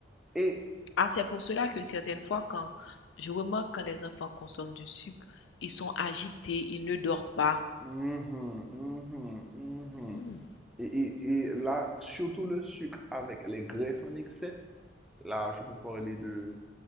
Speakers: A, in the centre; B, on the left (about 80°).
A: Et,
B: Ah, c'est pour cela que certaines fois, quand je remarque quand les enfants consomment du sucre, ils sont agités, ils ne dorment pas.
A: mhm, mhm, mhm.
B: Hmm,
A: Et, et- et là, surtout le sucre avec les graisses en excès, là, je peux parler de,